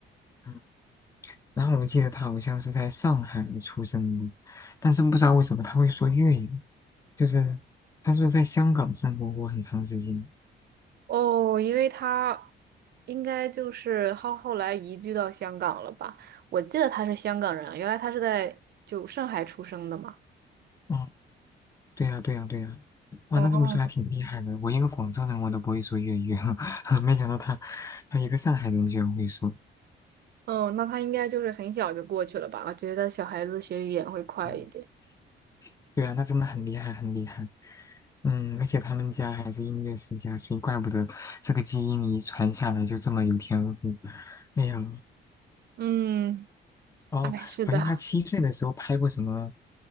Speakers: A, on the left; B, on the right.
A: 嗯，然后我记得他好像是在上海出生的，但是不知道为什么他会说粤语，就是他是不是在香港生活过很长时间？
B: 哦，因为他应该就是后后来移居到香港了吧？我记得他是香港人啊，原来他是在就上海出生的嘛。
A: 哦。对呀，对呀，对呀，哇，
B: 哦，
A: 那这么说还挺厉害的。我一个广州人，我都不会说粤语，<laughs> 没想到他，他一个上海人居然会说。
B: 哦，那他应该就是很小就过去了吧？我觉得小孩子学语言会快一点。
A: 嗯对啊，那真的很厉害，很厉害。嗯，而且他们家还是音乐世家，所以怪不得这个基因遗传下来就这么有天赋。哎呀，
B: 嗯，
A: 哦，
B: 哎，是的。
A: 好像他七岁的时候拍过什么